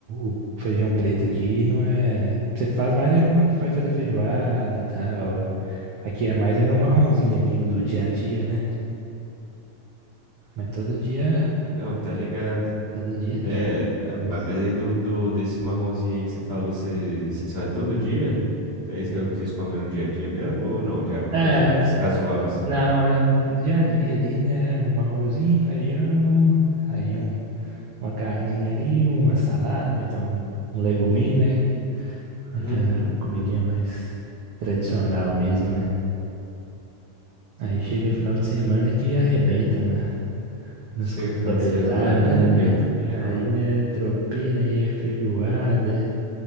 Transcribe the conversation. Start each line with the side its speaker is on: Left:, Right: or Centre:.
Right: o feijão preto aqui não é. Você faz mais é quando vai fazer feijoada e tal. Aqui é mais é no marronzinho ali, o do dia a dia, né? Mas todo dia,
Left: Não, tá ligado.
Right: todo dia
Left: É,
Right: tem. segurança.
Left: ma- mas aí do, do, desse marronzinho aí que você falou, vocês vocês fazem todo dia? É isso que é o que vocês comem no dia a dia mesmo? Ou não? Já é uma
Right: É,
Left: coisa mais casual assim?
Right: não, é no dia a dia ali, né? Um arrozinho, um feijão, aí um, uma carninha ali, uma salada, então um um leguminho, né? Aquela
Left: Uhum.
Right: comidinha mais tradicional mesmo, né? Aí chega final de semana que arrebenta na, nas
Left: Chega
Right: comidas
Left: o final
Right: pesadas,
Left: de semana, arrebenta
Right: né?
Left: o peão,
Right: Aí
Left: né?
Right: é tropeira, aí é feijoada,